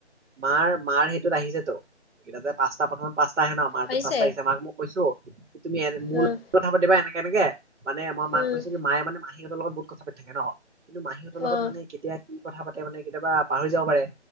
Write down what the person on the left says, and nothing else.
আহিছে
উম
উম
অ।